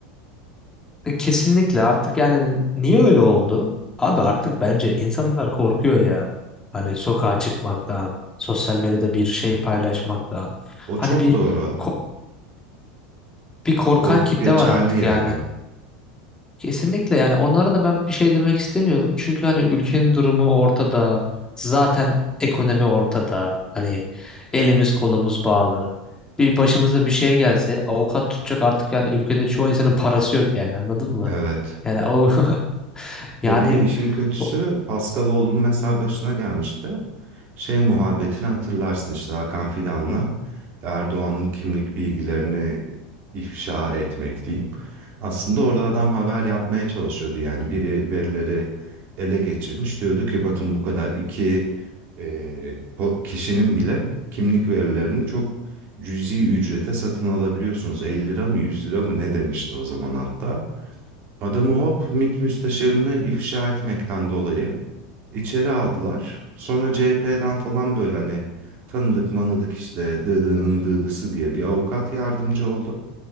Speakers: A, on the left; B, on the right.
A: E, Kesinlikle artık yani niye öyle oldu? Abi artık bence insanlar korkuyor ya. Hani sokağa çıkmaktan, sosyal medyada bir şey paylaşmaktan.
B: O çok
A: Hani bir
B: Evet. doğru.
A: ko- bir korkan
B: Korku
A: kitle
B: Evet. geçerli
A: var artık
B: yani.
A: yani. Kesinlikle yani onlara da ben bir şey demek istemiyorum. Çünkü hani ülkenin durumu ortada. Zaten ekonomi ortada. Hani elimiz kolumuz bağlı. Bir başımıza bir şey gelse avukat tutacak artık yani ülkede çoğu insanın parası yok yani anladın mı?
B: Evet.
A: Yani o <laughs> yani
B: Ve bir de işin kötüsü
A: bu-
B: Haskaloğlu'nun mesela başına gelmişti. Şey muhabbetini hatırlarsın işte Hakan Fidan'la Erdoğan'ın kimlik bilgilerini ifşa etmek diyeyim. Aslında orada adam haber yapmaya çalışıyordu. Yani biri verileri ele geçirmiş. Diyordu ki bakın bu kadar iki e, ko- kişinin bile kimlik verilerini çok cüzi ücrete satın alabiliyorsunuz. 50 lira mı 100 lira mı ne demişti o zaman hatta. Adamı hop MİT müsteşarını ifşa etmekten dolayı içeri aldılar. Sonra CHP'den falan böyle hani tanıdık manıdık işte dıdının dıdısı diye bir avukat yardımcı oldu.